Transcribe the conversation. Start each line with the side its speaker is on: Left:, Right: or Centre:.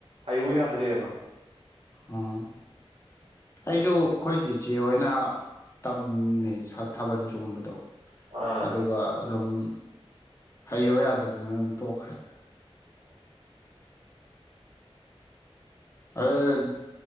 Right: ꯍꯩꯌꯨ ꯌꯥꯗ꯭ꯔꯦꯕ
Left: ꯎꯝ ꯑꯩꯁꯨ ꯑꯩꯈꯣꯏ ꯆꯤꯆꯦ ꯍꯣꯏꯅ ꯇꯝꯃꯦ ꯊꯥꯕꯜ ꯆꯣꯡꯕꯗꯣ
Right: ꯑꯥ
Left: ꯑꯗꯨꯒ ꯑꯗꯨꯝ ꯍꯩꯌꯣ ꯌꯥꯗꯗꯅ ꯑꯗꯨꯝ ꯇꯣꯛꯈ꯭ꯔꯦ
Right: ꯑꯣ
Left: ꯑꯗꯨ